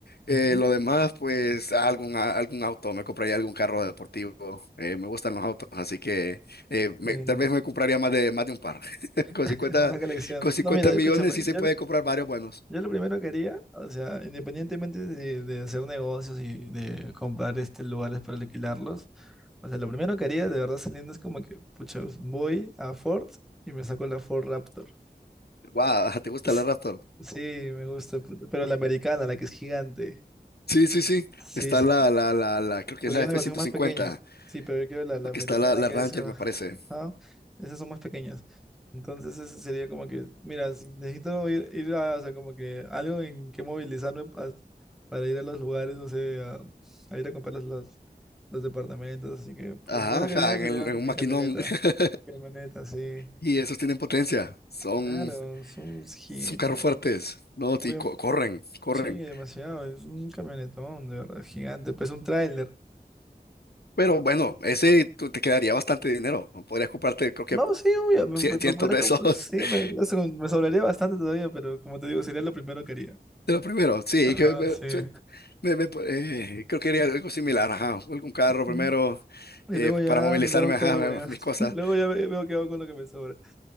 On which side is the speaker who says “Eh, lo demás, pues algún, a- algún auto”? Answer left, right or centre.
Left